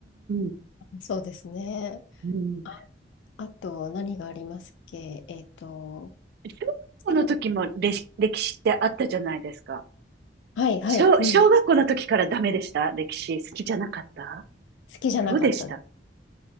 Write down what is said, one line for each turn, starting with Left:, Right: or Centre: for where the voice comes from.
Right: ん、
Left: そうですね。
Right: うん。
Left: あ、あと、何がありますっけえっと、
Right: 小学校の時も歴史歴史ってあったじゃないですか。
Left: 西部はいはい。
Right: 小、
Left: うん。
Right: 小学校の時からダメでした歴史好きじゃなかった
Left: 好きじゃなかったです。
Right: どうでした